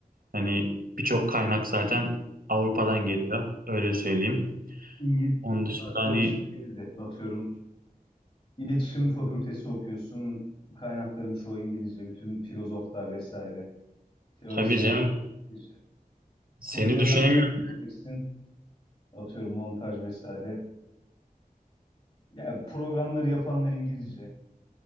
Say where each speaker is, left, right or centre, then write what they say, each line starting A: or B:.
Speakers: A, on the right; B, on the left.
A: Hani birçok kaynak zaten Avrupa'dan geliyor. Öyle söyleyeyim.
B: İngiliz
A: Onun dışında
B: arkeoloji
A: hani
B: de değil de atıyorum iletişim fakültesi okuyorsun. Kaynakların çoğu İngilizce. Bütün filozoflar vesaire. Teorisyenler
A: tabii canım
B: İngilizce.
A: seni
B: Kurgu öğrenmek
A: düşünemiyorum.
B: isteyeceksin. Atıyorum montaj vesaire. Yani programları yapanlar İngilizce.